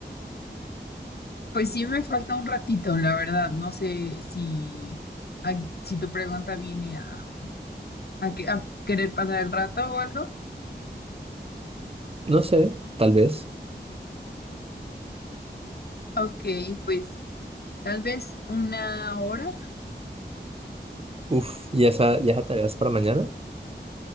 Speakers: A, on the left; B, on the right.
A: Pues sí me falta un ratito, la verdad. No sé si, a- si tu pregunta viene a, a que- a querer pasar el rato o algo.
B: No sé, tal vez.
A: Ok, pues tal vez una hora.
B: Uf, ¿y esa, y esa tarea es para mañana?